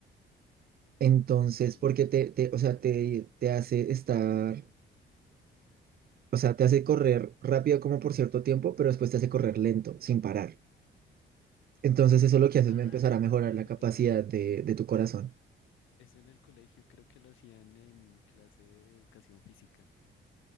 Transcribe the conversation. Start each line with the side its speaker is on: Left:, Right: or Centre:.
Right: Entonces,
Left: Ok.
Right: porque te, te, o sea, te, te hace estar, o sea, te hace correr rápido como por cierto tiempo, pero después te hace correr lento, sin parar. Entonces, eso lo que hace
Left: Ah,
Right: es empezar
Left: ya
Right: a
Left: me
Right: mejorar
Left: acuerdo.
Right: la capacidad de, de tu corazón.
Left: Eso en el colegio creo que lo hacían en clase de educación física.